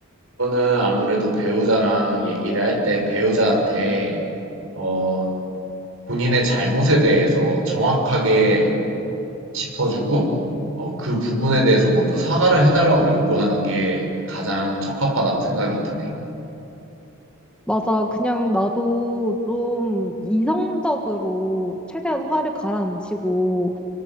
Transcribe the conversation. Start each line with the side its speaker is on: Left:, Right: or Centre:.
Right: 이거는 아무래도 배우자랑 얘기를 할 때 배우자한테 어, 본인의 잘못에 대해서 정확하게 짚어주고 어, 그 부분에 대해서 먼저 사과를 해달라고 요구하는 게 가장 적합하다고 생각이 드네.
Centre: 맞아. 그냥 나도 좀 이성적으로 최대한 화를 가라앉히고